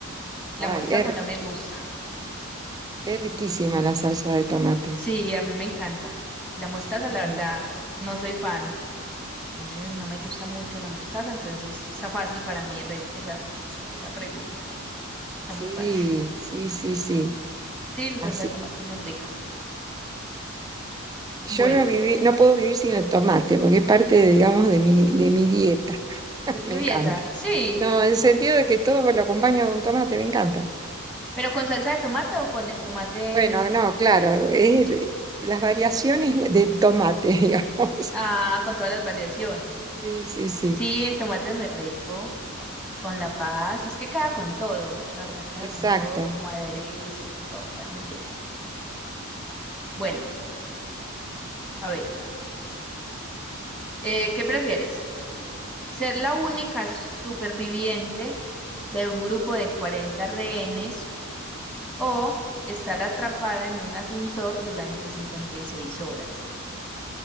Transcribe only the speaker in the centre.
La
mostaza
no me gusta.
Mm,
Sí, a mí me encanta. La mostaza,
la verdad, no soy fan. No sé, no me gusta mucho la mostaza, entonces está fácil para mí re- esa, esa pregunta. Está
muy fácil.
Sí, la
salsa de tomate es muy rica.
Bueno,
de tu
dieta, sí,
pero con salsa de tomate o con el tomate,
ah, con todas las variaciones.
Sí, el tomate es muy rico, con la pasta, es que queda con todo, la verdad queda
con todo, como aderezo, con todo, queda muy bien. Bueno, a ver, eh, ¿qué prefieres? Ser la única superviviente de un grupo de 40 rehenes o estar atrapada en un ascensor durante cincuenta y seis horas.